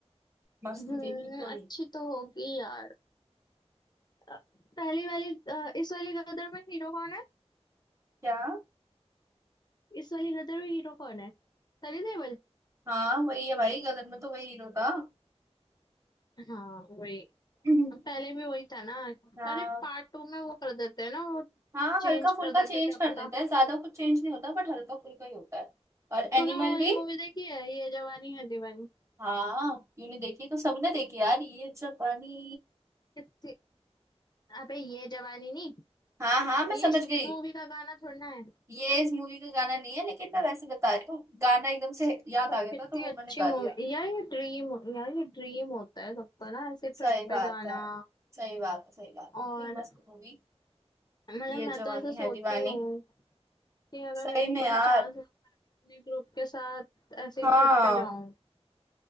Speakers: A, on the right; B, on the left.
A: मस्त
B: हम्म
A: थी बिल्कुल
B: अच्छी तो होगी यार अ, पहली वाली अ, इस वाली गदर में हीरो कौन है
A: क्या
B: इस वाली गदर में हीरो कौन है सनी देओल
A: हाँ वही है भाई गदर में तो वही हीरो था
B: हाँ वही
A: <clears throat>
B: पहले भी वही था ना
A: हाँ
B: अरे पार्ट टू में वो कर देते हैं ना वो
A: हाँ
B: चेंज
A: हल्का फुल्का
B: कर देते
A: चेंज
B: हैं, क्या पता
A: कर देते हैं ज्यादा कुछ चेंज नहीं होता बट हल्का फुल्का ही होता है और एनिमल
B: तूने वो वाली
A: भी
B: मूवी देखी है ये जवानी है दीवानी
A: हाँ यूने देखी तो सबने देखी यार ये जापानी
B: कितनी अबे ये जवानी नहीं
A: हाँ हाँ मैं
B: ये
A: समझ
B: इस
A: गई
B: मूवी का गाना थोड़ा है
A: ये इस मूवी का गाना नहीं है लेकिन मैं वैसे बता रही हूँ गाना एकदम से याद
B: पर
A: आ गया
B: कितनी
A: था तो वो
B: अच्छी
A: मैंने गा
B: मूवी
A: दिया
B: यार ये ड्रीम यार ये ड्रीम होता है सबका ना ऐसे ट्रिप
A: सही
B: पे
A: बात
B: जाना
A: है सही बात है सही बात
B: और
A: है इतनी मस्त मूवी
B: मतलब
A: ये
B: मैं
A: जवानी
B: तो ऐसे सोचती
A: है दीवानी
B: हूँ कि अगर
A: सही
B: मेरे को कभी
A: में यार
B: चांस मिले, अपने ग्रुप के साथ ऐसे
A: हाँ
B: ट्रिप पे जाऊं